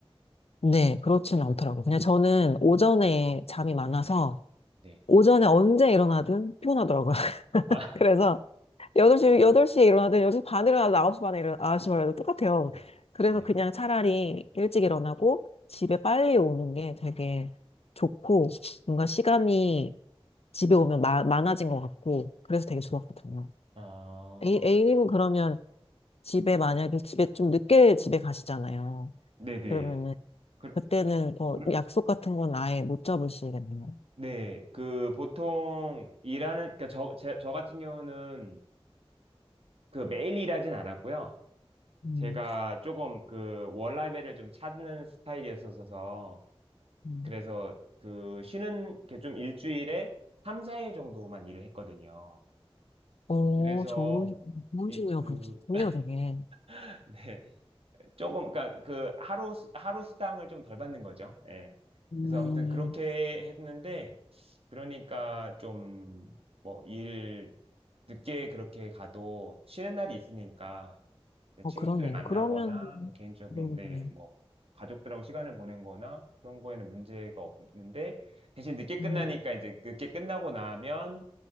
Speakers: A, on the left; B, on the right.
A: 네, 그렇진 않더라고요. 그냥 저는 오전에 잠이 많아서,
B: 네.
A: 오전에 언제 일어나든 피곤하더라고요. <laughs>
B: 아,
A: 그래서
B: <laughs>
A: 8시, 여덟 시에 일어나든 8시 반에 일어나든 9시 반에 일어나든 9시 반에 일어나든 똑같아요.
B: 네.
A: 그래서
B: 네.
A: 그냥 차라리 일찍 일어나고 집에 빨리 오는 게 되게 좋고, 뭔가 시간이 집에 오면 마, 많아진 것 같고 그래서 되게 좋았거든요.
B: 아,
A: A, A님은 그러면 집에 만약에 집에 좀 늦게 집에 가시잖아요.
B: 네네.
A: 그러면은
B: 그,
A: 그때는 뭐
B: 그,
A: 약속 같은 건 아예 못 잡으시겠네요.
B: 네. 그 보통 일하는, 그러니까 저, 제, 저 같은 경우는 그 매일 일하진 않았고요.
A: 음,
B: 제가 조금 그 월라벨을 좀 찾는 스타일이었어서
A: 음.
B: 그래서 그 쉬는 게 좀 일주일에 3, 4일 정도만 일을 했거든요.
A: 오,
B: 그래서
A: 좋은, 좋은
B: 이
A: 친구예요,
B: 그
A: 좋네요, 되게.
B: <laughs> 네. 조금 그러니까 그 하루 수- 하루 수당을 좀 덜 받는 거죠. 예.
A: 음,
B: 그래서 아무튼 그렇게 했는데 그러니까 좀 뭐 일 늦게 그렇게 가도 쉬는 날이 있으니까
A: 어,
B: 친구들
A: 그러네요.
B: 만나거나
A: 그러면,
B: 뭐 개인적인
A: 네,
B: 네뭐
A: 네.
B: 가족들하고 시간을 보낸 거나 그런 거에는 문제가 없는데 대신 늦게 끝나니까
A: 음,
B: 이제 늦게 끝나고 나면